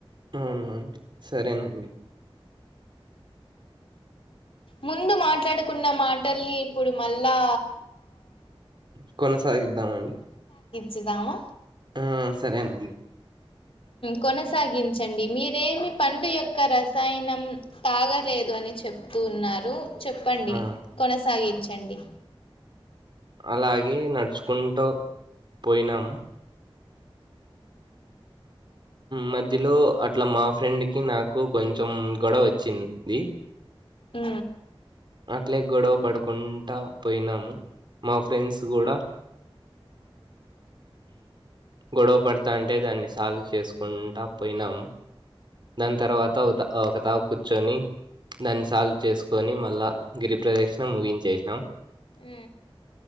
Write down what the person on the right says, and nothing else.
అవున సరేనండి
కో కొనసాగిద్దామండి
ఆ సరేనండి
ఆ
అలాగే నడుచుకుంటూ పోయినాము మధ్యలో అట్లా మా ఫ్రెండ్కి నాకు కొంచెం గొడవ వచ్చింది
అట్లే గొడవ పడుకుంటా పోయినాము. మా ఫ్రెండ్స్ కూడా గొడవ పడతా అంటే దాన్ని సాల్వ్ చేసుకుంటా పోయినాము. దాని తర్వాత ఒక ఒక తా కూర్చొని దాన్ని సాల్వ్ చేసుకొని మళ్ళా. గిరి ప్ర్రదక్షణ ముగించేసినాం.